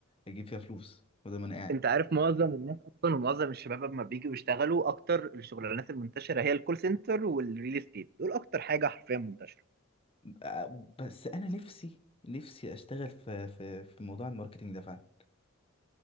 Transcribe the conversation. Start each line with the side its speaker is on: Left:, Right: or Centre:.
Left: اجيب فيها فلوس وده ما انا قاعد
Right: انت عارف معظم الناس اصلا ومعظم الشباب لما بيجوا يشتغلوا اكتر الشغلانات المنتشره هي الكول سنتر والريل استيت دول اكتر حاجه حرفيا منتشره
Left: آه، بس انا نفسي نفسي اشتغل في في في موضوع الماركتينج ده فعلا